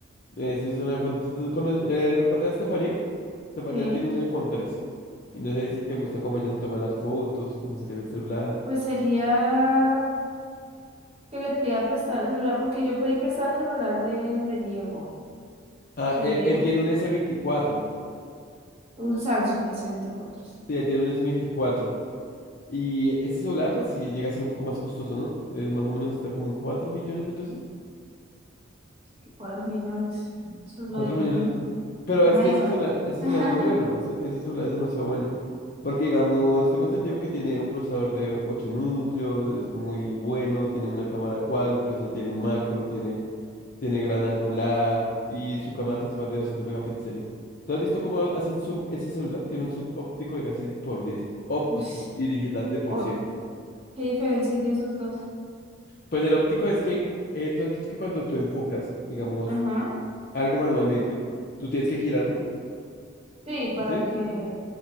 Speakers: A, on the left; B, on the right.
A: Ese es un iPhone. entonces, con el- eh, ¿recuerdas a Estefanía? Estefanía
B: sí.
A: tiene un iPhone trece Y no sé si te gusta cómo ella se toma las fotos, cómo se le ve el celular.
B: Pues sería que le pida prestado el celular, porque yo pedí prestado el celular de, de Diego,
A: Ah,
B: que
A: él,
B: Diego,
A: él tiene un s veinticuatro
B: un Samsung s veinticuatro sí,
A: Sí, él tiene un s veinticuatro Y este celular, pues sí llega a ser un poco más costoso, ¿no? Es más o menos está como en cuatro millones de pesos.
B: que 4 millones. Eso es lo
A: cuatro
B: de
A: millones.
B: un,
A: Pero
B: un
A: es que
B: iPad.
A: ese celular, ese
B: <laughs>
A: celular es muy bueno. Ese, ese celular es demasiado bueno. Porque, digamos, tengo entendido que tiene un procesador de 8 núcleos, es muy bueno, tiene una cámara cuádruple, o sea, tiene macro, tiene, tiene gran angular y su cámara principal de 200 megapíxeles. ¿Tú has visto cómo hace el zoom ese celular? Tiene un zoom óptico de casi por 10 óptico
B: Ush,
A: y digital de por
B: o-
A: cien
B: ¿qué diferencia hay de esos dos?
A: Pues el óptico es que eh, tú has visto que cuando tú enfocas, digamos,
B: Ajá.
A: algo manualmente, tú tienes que girarlo,
B: Sí, para
A: ¿sí?
B: que.